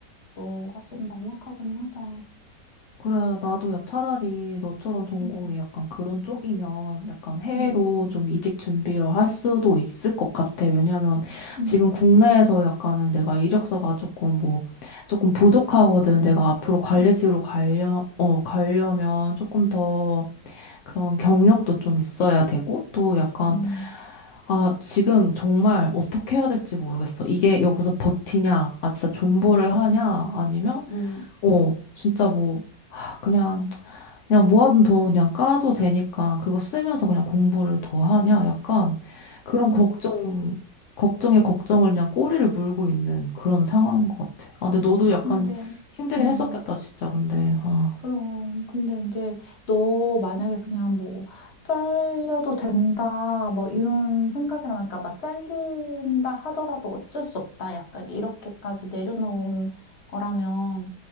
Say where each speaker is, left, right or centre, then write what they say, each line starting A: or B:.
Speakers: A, on the left; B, on the left.
A: 너가 좀 막막하긴 하다.
B: 그래, 나도 야, 차라리 너처럼 전공이
A: 에휴,
B: 약간 그런 쪽이면 약간 해외로
A: 음, 음,
B: 좀 이직 준비를 할 수도 있을 것 같아. 왜냐면
A: 음,
B: 지금 국내에서 약간은 내가 이력서가 조금 뭐, 조금 부족하거든. 내가 앞으로 관리직으로
A: 음,
B: 가려, 어, 가려면 조금 더 그런 경력도 좀 있어야 되고, 또 약간
A: 음,
B: 아, 지금 정말 어떻게 해야 될지 모르겠어. 이게 여기서 버티냐, 아, 진짜 존버를
A: 음,
B: 하냐, 아니면,
A: 음,
B: 어, 진짜 뭐, 하, 그냥, 그냥 모아둔 돈 그냥 까도 되니까 그거 쓰면서 그냥 공부를 더 하냐, 약간 그런
A: 음.
B: 걱정, 걱정에 걱정을 그냥 꼬리를 물고 있는 그런 상황인 것 같아. 아, 근데 너도 약간
A: 근데,
B: 힘들긴
A: 음,
B: 했었겠다, 진짜, 근데. 아,
A: 그럼. 근데 이제 너 만약에 그냥 뭐, 잘려도 된다, 뭐 이런 생각이라면, 그러니까 막 잘린다 하더라도 어쩔 수 없다. 약간 이렇게까지 내려놓은 거라면,